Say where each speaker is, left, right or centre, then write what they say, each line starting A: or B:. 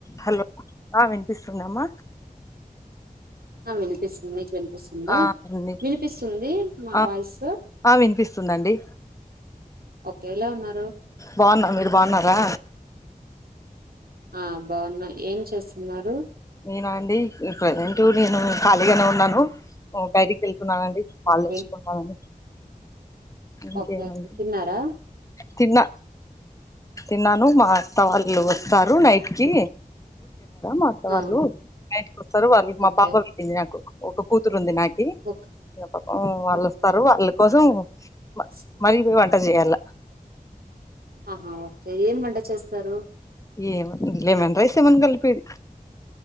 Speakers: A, on the left; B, on the right.
A: Hello వినిపిస్తుందమ్మ
B: ఆ వినిపిస్తుంది మీకు వినిపిస్తుందా
A: ఆ అండి
B: వినిపిస్తుంది నా
A: ఆ
B: వాయిస్
A: ఆ వినిపిస్తుందండి
B: ఒకే ఏలా ఉన్నారు
A: బాగున్నా మీరు బాగున్నారా
B: ఆ బాగున్నా ఏం చేస్తున్నారు
A: నేనా అండి ప్రజెంట్ నేను ఖాళీగానే ఉన్నాను డైరి కె లుతున్నానండి పాలు
B: ఓకే
A: తెచుకొందాం అని ఇంకేం
B: ఓకే
A: మరి
B: ఓకే తిన్నారా
A: తిన్నా తిన్నాను మా అత్త వాళ్ళు వస్తారు నైట్ కి మా వాళ్ళు
B: ఆ
A: నైట్ కి వస్తారు వాళ్ళకి మా
B: ఓకే
A: పాప పుట్టింది నాకు ఒక కూతురు ఉంది నాకి
B: ఓకే
A: హ్మ్మ్ వాళ్ళు
B: ఓకే
A: వస్తారు వాళ్ళ కోసం
B: ఎస్
A: మరి మరి పో వంట జేయాల
B: ఆహా ఓకే ఏం వంట చేస్తారు
A: ఏముంది లెమన్ రైస్ ఏమన్నా కలిపేది